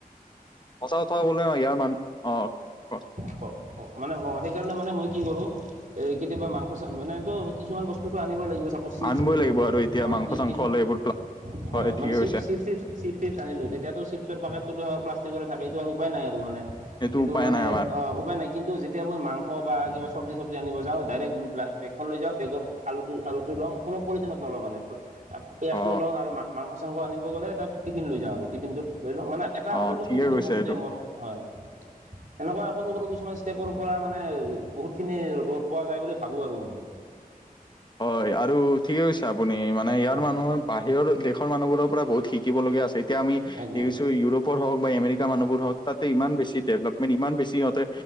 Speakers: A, on the left (about 30°); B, on the right (about 60°).
A: সঁচা কথা কলে অ ইয়াৰ মান অ। ক
B: কওক কওক মানে সেইকাৰণে মানে মই কি কৰো। এ কেতিয়াবা মাংস চাংস মানে টো কিছুমান বস্তুতটো আনিবই লাগিব। চাপচ চিপছ
A: আনিবই
B: আনিলোঁ
A: লাগিব
B: <unintelligible>
A: আৰু এতিয়া মাংস চাংস হলে এইবোৰ
B: হয়
A: ঠিকে
B: মানে চিপ-
A: কৈছে
B: চিপ চিপচ -চিপচ - টিপছ আনিলো তেতিয়াতো চিপছৰ পেকেটতো ধৰ প্লাষ্টিকৰে থাকে এইটো আৰু উপায় নাই আৰু মানে।
A: সেইটো
B: এটো
A: উপায়
B: মানে
A: নাই আমাৰ
B: অ, উপায় নাই কিন্তু যেতিয়া মই মাংস বা কিবা চব্জি চব্জি আন যাওঁ ডাৰেক্ট বেগখন লৈ যাওঁ বেগত। আলুটো আলুটো লওঁ কোনো পৰিচ্ছনত নলওঁ মানে। পিয়াজটো
A: অ
B: লওঁ আৰু মাংস চাংস আনিব গ'লে এটা টিফিন লৈ যাও আৰু টিফিনটোত ল মান এটা
A: অ
B: হলে পি।
A: ঠিকে কৈছে এইটো
B: হয়। সেনেকুৱা সৰু সৰু কিছুমান ষ্টেপৰ পৰা মানে বহুত খিনি ৰদ পোৱা যায় বুলি ভাবো আৰু মই।
A: হয় আৰু ঠিকে কৈছে আপুনি মানে ইয়াৰ
B: হয়
A: মানুহৰ। বাহিৰৰ দেশৰ মানুহবোৰৰ পৰা বহুত শিকিবলগীয়া আছে। এতিয়া আমি
B: একদম
A: দেখছো ইউৰোপৰ হক আমেৰিকা মানুহবোৰ হওক তাতে ইমান বেছি ডেভলপমেণ্ট ইমানবেছি সিহঁতে।